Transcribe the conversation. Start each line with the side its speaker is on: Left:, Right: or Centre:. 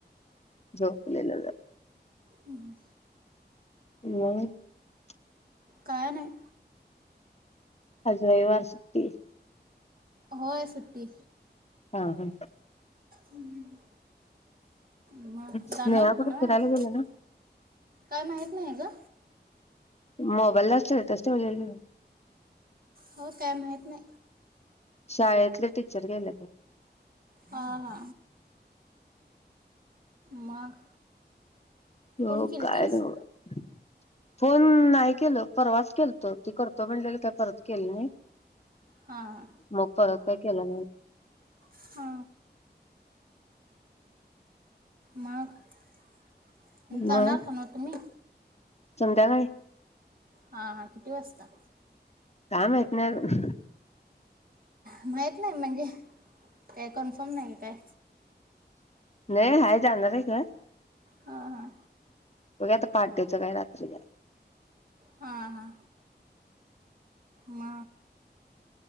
Left: झोपलेलेलो
Right: हम्म
Left: <unintelligible>
Right: काय नाय
Left: आज रयवार सुट्टी
Right: होय सुट्टी
Left: हा ह
Right: हम्म <inaudible> म
Left: स्नेहा
Right: जाणार होता
Left: कुठं
Right: ना
Left: फिरायला
Right: आज
Left: गेल्या ना
Right: काय माहीत नाय ग
Left: मोबाईल ला स्टेटस ठेवलेलं
Right: हो काय माहीत नाय
Left: शाळेतले टीचर गेलेत व्हय
Right: हा हा मग
Left: ह्यो
Right: फोन केलतीस
Left: काय न्हवं फोन नाही केल परवाच केलत ती तो म्हणलेली काय परत केलं नाही
Right: हा हा
Left: मोकार होतय केला
Right: हा मग् जाणार
Left: मग
Right: हो ना तुम्ही
Left: संध्याकाळी
Right: हा हा किती वाजता
Left: काय माहीत नाय आजुन
Right: माहीत नाही म्हणजे काय कन्फर्म नाही काय
Left: नाही हाय जाणार आहे का
Right: हं हं
Left: बघूया आता पहाटेचं काय रात्री जायचं
Right: हां हां म्